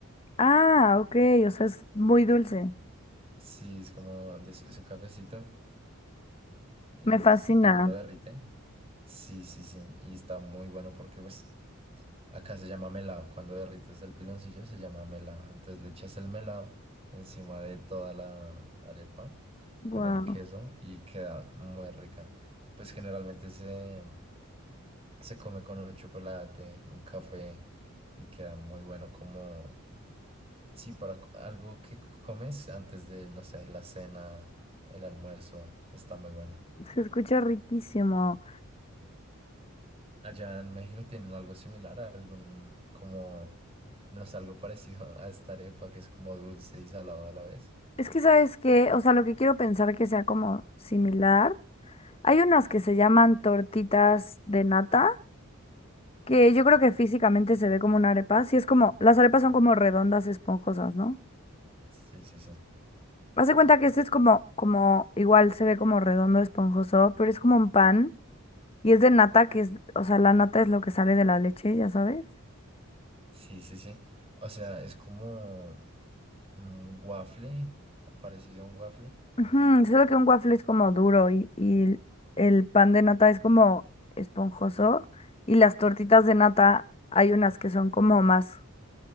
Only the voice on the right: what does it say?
Sí, es como de su, su cafecito y
s- también lo derriten. Sí, sí, sí, y está muy bueno porque pues Acá se llama melado. Cuando derrites el piloncillo se llama melado. Entonces le echas el melado encima de toda la arepa
con el queso y queda muy rica. Pues generalmente se, se come con un chocolate, un café y queda muy bueno como, sí, para co- algo que comes antes de, no sé, la cena, el almuerzo. Está muy bueno.
Allá en México tienen algo similar, algún como, no sé, algo parecido a esta arepa que es como dulce y salado a la vez.
Sí, sí, sí.
Sí, sí, sí. O sea, es como un waffle, parecido a un waffle.